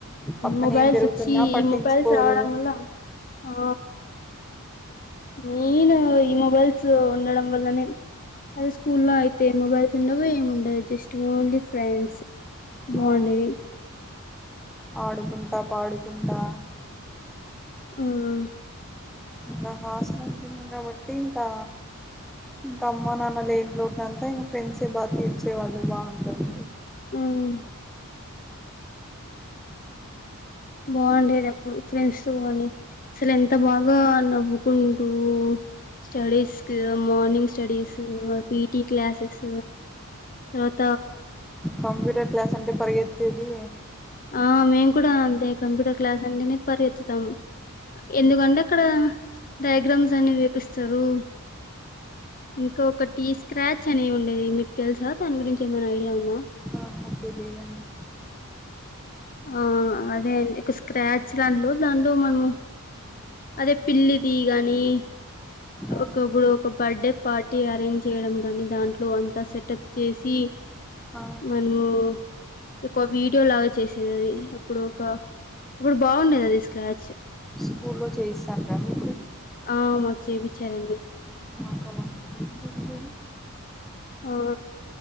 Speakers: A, in the centre; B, on the left (about 40°).
A: పక్కన
B: మొబైల్స్
A: ఏం జరుగుతున్నా
B: వచ్చి
A: పట్టించుకోరు
B: ఈ మొబైల్స్ రావడం వల్ల ఆ మెయిన్ ఈ మొబైల్స్ ఉండడం వల్లనే అదే స్కూ లో అయితే మొబైల్స్ ఉండవు ఏమి ఉండదు జస్ట్ ఓన్లీ ఫ్రెండ్స్ బాగుండేది
A: ఆ ఆడుకుంటా పాడుకుంటా
B: ఉమ్
A: ఇంకా హాస్టల్ ఉంటుంది కాబట్టి ఇంకా ఇంకా అమ్మ నాన్న లేంలోంతా ఇంకా ఫ్రెండ్సే బాగా తీర్చేవాళ్ళు బాగుంటురు
B: ఉమ్ బాగుండేది అప్పుడు ఫ్రెండ్స్ త అని అసలు ఎంత బాగా నవ్వుకుంటూ స్టడీస్ క మార్నింగ్ స్టడీస్ పిటి క్లాసెస్ తర్వాత
A: కంప్యూటర్ క్లాస్ అంటే పరి తది
B: ఆ మేము కూడా అంతే కంప్యూటర్ క్లాస్ అంటేనే పరిగెత్తుతాము ఎందుకుండి అక్కడ డయాగ్రామ్స్ అన్ని వేపిస్తారు ఇంకా ఒకటి స్క్రాచ్ అనే ఉండేది మీకు తెలుసా దాని గురించి ఏమైనా ఐడియా ఉందాం
A: ఆహా తెలియదండి
B: ఆ అదే అండి ఒక స్క్రాచ్ దాంట్లో దాంట్లో మనము అదే పిల్లిది గాని
A: ఆ
B: ఒకప్పుడు ఒక బర్త్డే పార్టీ అరేంజ్ చేయడం కాని దాంట్లో అంతా సెటప్ చేసి
A: ఆ
B: మనము ఒక వీడియో లాగా చేసేది అది అప్పుడు ఒక ఇప్పుడు బాగుండేది అది స్క్రాచ్
A: స్కూ లో చేయిస్తారు మి
B: ఆ మచ్చవి చా రండి
A: మాకు అలాంటిదేం లేదు
B: ఆ